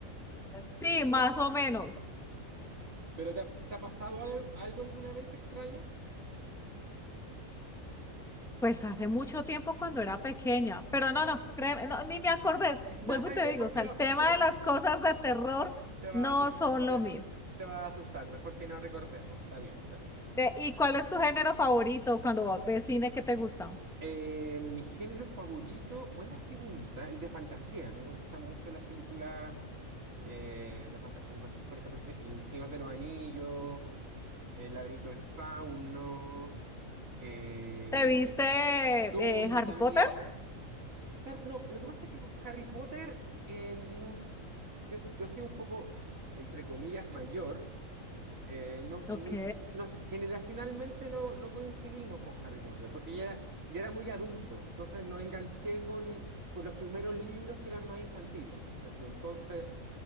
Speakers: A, in the centre; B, on the right.
A: Sí, más o menos.
B: ¿Pero te ha, te ha pasado al- algo, alguna vez extraño?
A: Pues hace mucho tiempo cuando era pequeña, pero no, no, créeme, no, ni me acordé.
B: <laughs>
A: Vuelvo
B: Ay,
A: y te
B: mejor
A: digo, o sea,
B: que no,
A: el tema
B: porque
A: de
B: te
A: las cosas de terror
B: te va
A: no
B: a asustar,
A: son lo
B: te,
A: mío.
B: te va a asustar. Mejor que no recordemos. Está bien, está bien.
A: Ve, ¿y cuál es tu género favorito cuando ves cine que te gusta?
B: Eh, mi género favorito, buena pregunta, el de fantasía. Me gustan mucho las películas eh, de fantasía. Por ejemplo, El Señor de los Anillos, El Laberinto del Fauno, eh,
A: ¿Te viste
B: Dune
A: eh, Harry
B: también.
A: Potter?
B: Har- no, lo que pasa es que con Harry Potter, eh, nos- yo, yo soy un poco, <laughs> entre comillas, mayor. Eh, no,
A: Ok.
B: mi- no- generacionalmente no, no coincidimos con Harry Potter, porque ya era, ya era muy adulto, entonces no enganché con, con los primeros libros que eran más infantiles. Entonces,